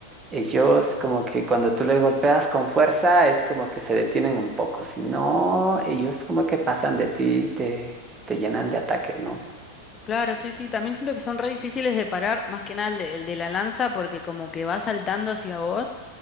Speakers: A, on the right; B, on the left.
A: Ellos como que cuando tú le golpeas con fuerza es como que se detienen un poco, si no, ellos como que pasan de ti, y te, te llenan de ataques, ¿no?
B: Claro, sí, sí, también siento que son re difíciles de parar, más que nada el de, el de la lanza, porque como que va saltando hacia vos